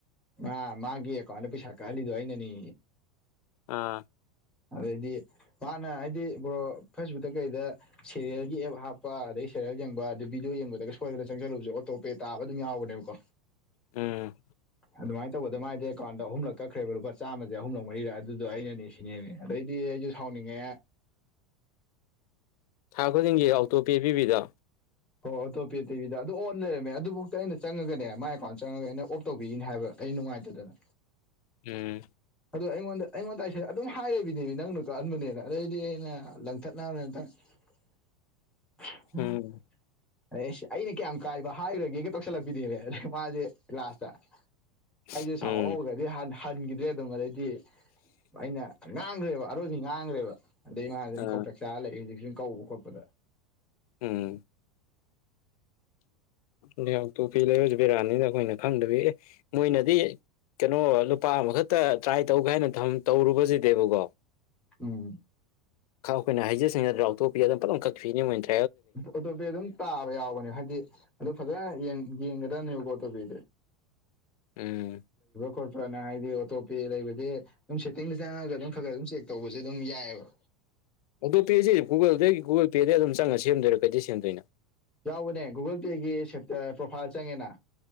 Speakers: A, in the centre; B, on the left.
A: ꯃꯥ ꯃꯥꯒꯤꯦ ꯀꯣꯟꯅ ꯄꯩꯁ ꯀꯥ ꯂꯤꯗꯏꯅꯅꯤ
B: ꯑꯥ
A: ꯑꯗꯩꯗꯤ ꯃꯥꯅ ꯍꯥꯏꯗꯤ ꯕ ꯐꯦꯁꯕꯨꯛꯇ ꯀꯩꯗ ꯁꯦꯔꯤꯌꯦꯜꯒꯤ ꯑꯦꯞ ꯍꯥꯞꯄ ꯑꯗꯩ ꯁꯦꯔꯦꯜ ꯌꯦꯡꯕ ꯑꯗ ꯚꯗꯤꯑꯣ ꯌꯦꯡꯕꯗꯒ ꯁꯣꯏꯗꯅ ꯆꯪꯁꯜꯂꯨꯕꯁꯦ ꯑꯣꯇꯣ ꯄꯦ ꯇꯥꯕ ꯑꯗꯨꯝ ꯌꯥꯎꯕꯅꯦꯕꯀꯣ
B: ꯎꯝ
A: ꯑꯗꯨꯃꯥꯏꯅ ꯇꯧꯕꯗ ꯃꯥꯏꯗꯤ ꯑꯦꯀꯥꯎꯟꯗ ꯑꯍꯨꯝꯂꯛ ꯀꯛꯈ꯭ꯔꯦꯕ ꯂꯨꯄꯥ ꯆꯥꯝꯃꯁꯦ ꯑꯍꯨꯝꯂꯛ ꯃꯔꯤꯔ ꯑꯗꯨꯗꯣ ꯑꯩꯅꯅꯦ ꯁꯤꯅꯦꯦꯝꯅꯦ ꯑꯗꯩꯗꯤ ꯑꯩꯁꯨ ꯁꯥꯎꯅꯤꯡꯉꯦ
B: ꯊꯥ ꯈꯨꯗꯤꯡꯒꯤ ꯑꯣꯇꯣꯄꯦ ꯄꯤꯕꯤꯗ
A: ꯍꯣ ꯑꯣꯇꯣ ꯄꯦ ꯇꯕꯤꯗ ꯑꯗꯨ ꯑꯣꯟ ꯂꯩꯔꯝꯃꯦ ꯑꯗꯨꯐꯥꯎꯗ ꯑꯩꯅ ꯆꯪꯉꯒꯅꯦ ꯃꯥꯏ ꯑꯦꯀꯥꯎꯟꯗ ꯆꯪꯉꯒ ꯑꯩꯅ ꯑꯣꯐ ꯇꯧꯕꯤꯅꯤ ꯍꯥꯏꯕ ꯀ ꯅꯨꯡꯉꯥꯏꯇꯗꯅ
B: ꯎꯝ
A: ꯑꯗꯣ ꯑꯩꯉꯣꯟꯗ ꯑꯩꯉꯣꯟꯗ ꯑꯩꯁꯦ ꯑꯗꯨꯝ ꯍꯥꯏꯔꯕꯤꯅꯦꯅꯦ ꯅꯪꯅ ꯀꯛꯍꯟꯕꯅꯦꯅ ꯑꯗꯩꯗꯤ ꯑꯩꯅ ꯂꯪꯊꯠꯅꯕꯪ <unintelligible>
B: ꯎꯝ
A: ꯑꯗꯁ ꯑꯩꯅ ꯀꯌꯥꯝ ꯀꯥꯏꯕ ꯍꯥꯏꯔꯨꯔꯒꯦꯒ ꯇꯧꯁꯜꯂꯛꯄꯤꯗꯦꯕ ꯑꯗ ꯃꯥꯁꯦ ꯀ꯭ꯂꯥꯁꯇ ꯑꯩꯁꯦ
B: ꯎꯝ
A: ꯁꯥꯎ ꯍꯧꯈ꯭ꯔꯗꯤ ꯍꯟꯈꯤꯗ꯭ꯔꯦ ꯑꯗꯨꯝ ꯑꯗꯩꯗꯤ ꯑꯩꯅ ꯉꯥꯡꯈ꯭ꯔꯦꯕ ꯑꯔꯣꯏꯁꯤ ꯉꯥꯡꯈ꯭ꯔꯦꯕ ꯑꯗꯩ ꯏ ꯃꯥꯁꯤꯪꯈꯣꯛ
B: ꯑ
A: ꯆꯥꯛ ꯆꯆꯥꯔ ꯂꯩꯏ ꯍꯧꯖꯤꯛꯁꯨ ꯀꯧꯕ ꯈꯣꯠꯄꯗ
B: ꯎꯝ ꯂꯩꯍ ꯇꯣꯄꯤ ꯂꯩꯔꯁꯨ ꯄꯦꯔꯥꯅꯤꯗ ꯑꯩꯈꯣꯏꯅ ꯈꯪꯗꯕꯤ ꯑꯦ ꯃꯣꯏꯅꯗꯤ ꯀꯩꯅꯣ ꯂꯨꯄꯥ ꯑꯃꯈꯛꯇ ꯇ꯭ꯔꯥꯏ ꯇꯧꯒꯦ ꯍꯥꯏꯅ ꯇꯧꯔꯨꯕꯁꯤꯗꯕꯀꯣ
A: ꯎꯝ
B: ꯑꯩꯈꯣꯏꯅꯩꯖꯁꯤꯡꯅꯗ ꯂꯥꯎꯊꯣꯛꯄꯤ ꯑꯗꯨꯝ ꯑꯗꯨꯂꯝ ꯀꯛꯄꯤꯅꯤ ꯃꯣꯏꯗ
A: ꯑꯇꯣꯞꯄ ꯑꯗꯨꯝ ꯇꯥꯕ ꯌꯥꯎꯕꯅꯦ ꯍꯥꯏꯗꯤ ꯑꯗꯣ ꯐꯖ ꯌꯦꯡ ꯌꯦꯡꯗꯅꯤ ꯌ ꯀꯣ ꯇꯧꯕꯦ
B: ꯎꯝ
A: ꯈꯣꯠꯄ꯭ꯔꯅ ꯍꯥꯏꯗꯤ ꯑꯣꯇꯣꯄꯦ ꯂꯩꯕꯁꯦ ꯑꯗꯨꯝ ꯁꯦꯠꯇꯤꯡꯗ ꯆꯪꯉꯒ ꯑꯗꯨꯝ ꯈꯔ ꯈꯔ ꯑꯗꯨꯝ ꯆꯦꯛ ꯇꯧꯕꯁꯦ ꯑꯗꯨꯝ ꯌꯥꯏꯑꯕ
B: ꯑꯣꯇꯣ ꯄꯦꯁꯤ ꯒꯨꯒꯜꯗꯗꯒꯤ ꯒꯨꯒꯜ ꯄꯦꯗꯒꯤ ꯑꯗꯨꯝꯪꯉ ꯁꯦꯝꯗꯣꯏꯔꯥ ꯀꯩꯗꯩ ꯁꯦꯝꯗꯣꯏꯅꯣ
A: ꯌꯥꯎꯕꯅꯦ ꯒꯨꯒꯜ ꯄꯦꯒꯤ ꯄ꯭ꯔꯣꯐꯥꯏꯜ ꯆꯪꯉꯦꯅ